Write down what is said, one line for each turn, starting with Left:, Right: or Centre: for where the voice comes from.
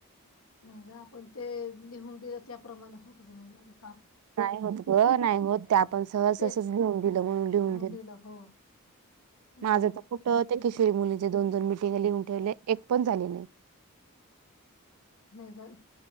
Left: म गा आपण ते लिहून दिलं त्याप्रमाणे होत बनवून झालं
Right: नाही होत ग नाही होत ते आपण सहज
Left: ते
Right: असंच लिहून दिलं म्हणून लिहून दि
Left: दिलं हो
Right: माझं
Left: म्हणून
Right: तर कुठ ते किशोरी मुलीचे दोन दोन मिटिंग लिहून ठेवले एक पण हॅलो
Left: नाही झाली